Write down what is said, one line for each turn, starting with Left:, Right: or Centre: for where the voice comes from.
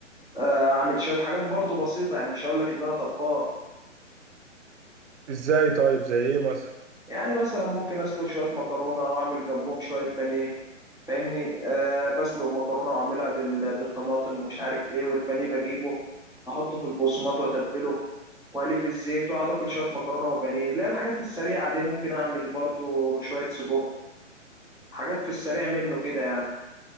Centre: آه، اعمل شويه حاجات برضو بسيطه يعني مش هقول لك ان انا طباخ
Right: ازاي طيب زي ايه مثلا
Centre: يعني مثلا ممكن اسلق شويه مكرونه واعمل جنبهم شويه بانيه فاهمني أه بسلق مكرونه واعملها بال- بالطماطم ومش عارف ايه والبانيه بجيبه احطه في البقسماط واتبله واقليه في الزيت واقعد اكل شويه مكرونه وبانيه اللي هي الحاجات السريعه دي ممكن اعمل برضو شويه سجق حاجات في السريع منه كده يعني